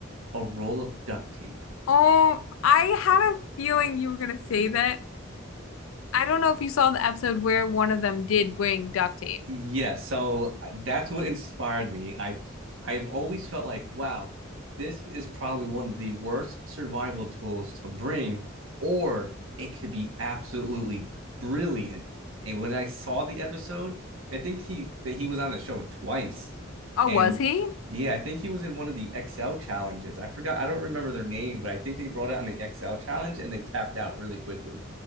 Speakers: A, on the right; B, on the left.
A: A roll of duct tape.
B: Oh, I had a feeling you were gonna say
A: <laughs>
B: that. I don't know if you saw the episode where one of them did bring duct tape.
A: yeah, so uh, that's what inspired me. I I've always felt like, wow, this is probably one of the worst survival tools to bring, or it could be absolutely brilliant. And when I saw the episode, I think he that he was on the show twice.
B: Oh,
A: And
B: was he?
A: yeah, I think he was in one of the XL challenges. I forgot, I don't remember their name, but I think they brought it on the XL challenge and they tapped out really quickly.